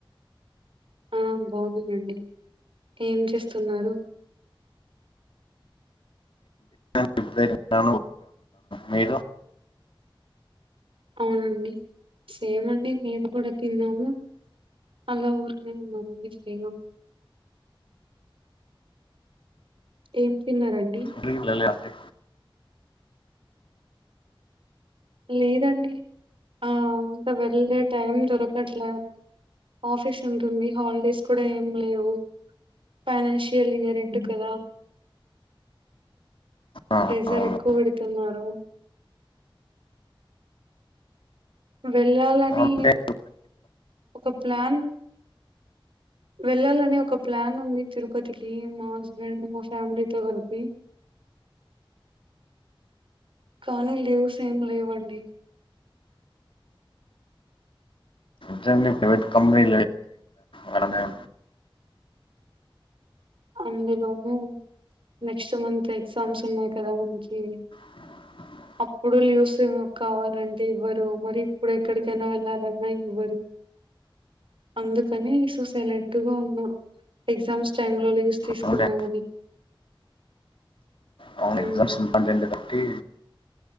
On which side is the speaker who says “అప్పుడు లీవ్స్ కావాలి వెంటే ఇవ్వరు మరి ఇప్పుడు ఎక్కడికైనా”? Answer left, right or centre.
Right